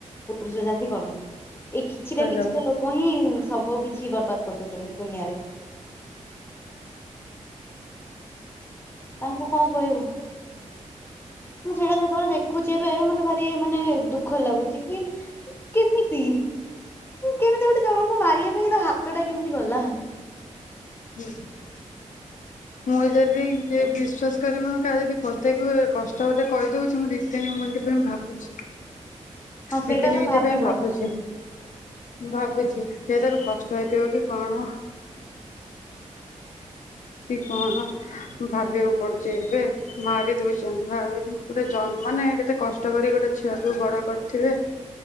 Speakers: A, on the left; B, on the left.
A: ପୁରୁଷ ଜାତି କଳଙ୍କ ଏଇ କିଛିଟା
B: କହିହବ।
A: କିଛିଟା ଲୋକ ହିଁ ସବୁ କିଛି ବର୍ବାଦ କରିଦଉଛନ୍ତି ଦୁନିଆରେ। ତାଙ୍କୁ କଣ କହିବୁ। ମୁଁ ସେଇଟା ଯେତେବେଳେ ଦେଖୁଚି ଏବେ ମତେ ଭାରି ମାନେ ଦୁଃଖ ଲାଗୁଚି କି କିମିତି କେମିତି ଗୋଟେ ଜଣଙ୍କୁ ମାରିବା ପାଇଁ ତ ହାତଟା କେମିତି ଗଲା।
B: ହୁଁ। ମୁଁ ଯଦି ଏ ବିଶ୍ଵାସ କରିବୁନି କାହାକୁ ଯଦି ପଦେ କୁହେ କଷ୍ଟ ଯଦି କହିଦଉଚି ମୁଁ ଦି ତିନି ମିଣ୍ଟି ହେଲେ ଭାବୁଚି
A: ହଁ ସେଇଟା
B: ଦି ତିନି
A: ତ
B: ମିନଟ
A: ଭାବିବ
B: ପାଇଁ ଭାବୁଚି। ଭାବୁଚି ସେ ତାକୁ କଷ୍ଟ ହେଇଥିବ କି କଣ। କି କଣ ଭାବିବାକୁ ପଡୁଛି ଏବେ ମାରି ଦଉଛନ୍ତି ଭାବିନି ଗୋଟେ ଜ ମାନେ କେତେ କଷ୍ଟ କରି ଗୋଟେ ଛୁଆକୁ ବଡ କରିଥିବେ